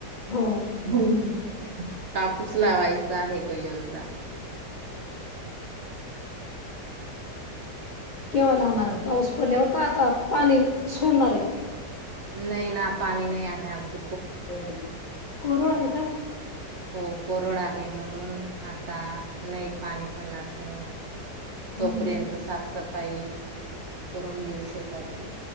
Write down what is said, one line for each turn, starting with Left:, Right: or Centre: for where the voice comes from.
Left: हो
Right: होम कापूस लावायचा आहे ग यंदा.
Left: केव्हा लावणार, पाऊस पडल्यावर का आता पाणी सोडणार आहे.
Right: नाही ना पाणी नाही आहे आमच.
Left: कोरड कोरड आहे. का.
Right: हो कोरड आहे म्हणून आता नाही पाणी पणणार तेव्हा तोपर्यंत
Left: हो
Right: सा साप सपाई करून घेऊ शेताची.